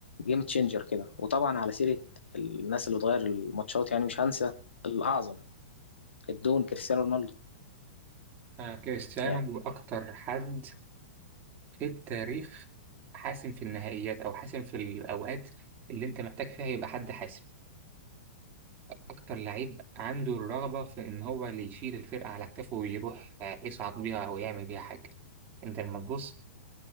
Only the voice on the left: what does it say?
جيم تشينجر كده وطبعا على سيره الناس اللي بتغير الماتشات يعني مش هنسى الاعظم الدون كريستيانو رونالدو
يعني